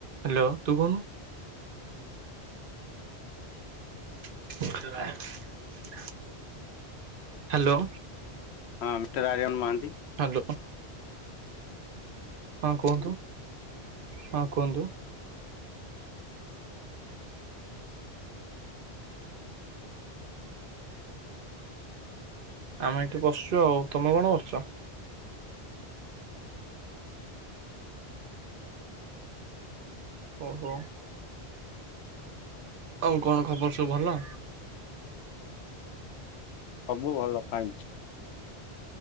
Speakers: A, on the right; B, on the left.
A: Hello ତୁ କହୁନୁ। <inaudible> Hello.
B: ହଁ ମିଷ୍ଟର୍ ଆରିଅନ ମହାନ୍ତି।
A: ହ୍ୟାଲୋ। ହଁ କୁହନ୍ତୁ ହଁ କୁହନ୍ତୁ। ଆମେ ଏଠି ବସୁଛୁ ଆଉ ତମେ କଣ କରୁଛ? ଓହୋ। ଆଉ କଣ ଖବର ସବୁ ଭଲ।
B: ସବୁ ଭଲ କ